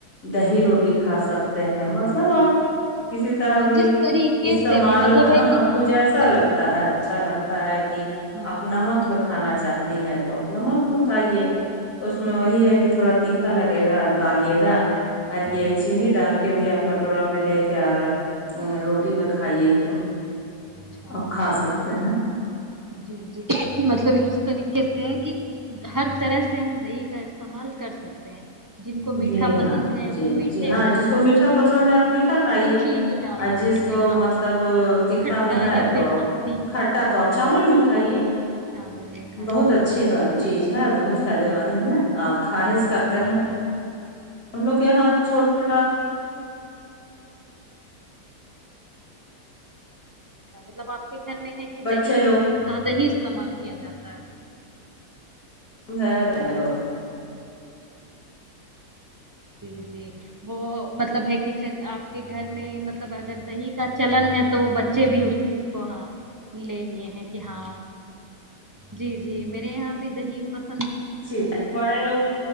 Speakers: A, on the left; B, on the right.
A: دہی روٹی کھا سکتے ہیں مطلب آپ کسی طرح
B: ہاں
A: بھی
B: جس طریقے
A: استعمال
B: سے بھی مطلب
A: ہاں
B: ہے کہ
A: آپ کو جیسا
B: کر
A: لگتا
B: سکتے
A: ہے اچھا
B: ہیں
A: لگتا ہے کہ
B: ہاں
A: آپ نمک میں کھانا چاہتی ہیں تو اپنا مت مٹائیے اس میں وہی ہے کہ تھوڑا تیکھا لگے گا ڈالیے گا اور
B: ہوں،
A: یہ چینی ڈال کے بھی آپ کٹورا میں لے کے آ رہے روٹی رٹی میں کھائی ہے تو
B: اچھا لگتا
A: آپ کھا سکتے
B: ہے
A: ہیں
B: جی جی مطلب اس طریقے سے ہے کہ ہر طرح سے ہم دہی کا استعمال کر سکتے ہیں جن کو میٹھا
A: جی
B: پسند
A: ہاں
B: ہے
A: جی
B: وہ میٹھے
A: جی ہاں جس کو میٹھا پسند ہے
B: ہاں
A: آپ میٹھا کھائیے
B: وہ چینی ڈال
A: اور
B: کر
A: جس کو
B: کے ہاں
A: مطلب تیککھا
B: کھٹا
A: میں ہے
B: یا
A: تو
B: پھر ہاں تیکھا
A: کھٹا
B: پسند
A: تو آپ چاول
B: ہے
A: میں کھائیے
B: چاول میں کھائیے
A: بہت اچھے
B: ہاں
A: چیز ہے بہت سارے مند ہیں آپ خواہش
B: بہت
A: کرتے
B: مرد
A: ہیں ہم لوگ کے یہاں چھوٹا چھوٹا
B: اچھا مطلب آپ گھر میں ہے کہ
A: بچے
B: دہی
A: لوگ
B: زیادہ استعمال کیا جاتا ہے
A: ہے
B: اچھا
A: کہ روس
B: جی جی وہ مطلب ہے کہل آپ کے گھر میں مطلب اگر دہی کا چلن ہے تو بچے بھی اس چیز کو ہاں لے لیے ہیں کہ ہاں جی جی میرے یہاں بھی دہی ب
A: چیز بڑے لوگ